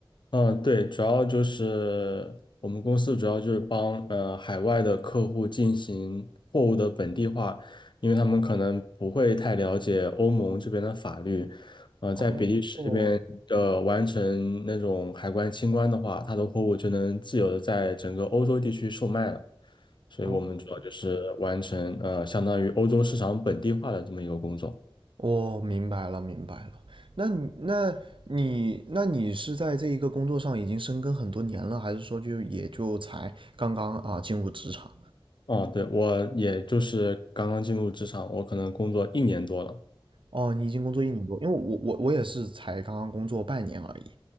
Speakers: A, on the left (about 55°); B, on the right (about 65°).
A: 嗯，对，主要就是我们公司主要就是帮呃海外的客户进行货物的本地化，因为他们可能不会太了解欧盟这边的法律，呃，
B: 哦哦
A: 在比利时这边的完成那种海关清关的话，他的货物就能自由的在整个欧洲地区售卖了，所以我们主要就是完成呃相当于欧洲市场本地化的这么一个工作。
B: 哦我明白了，明白了。那你，那你，那你是在这一个工作上已经深耕很多年了，还是说就也就才刚刚啊进入职场？
A: 哦，对，我也就是刚刚进入职场，我可能工作一年多了。
B: 哦，你已经工作一年多，因为我我我也是才刚刚工作半年而已。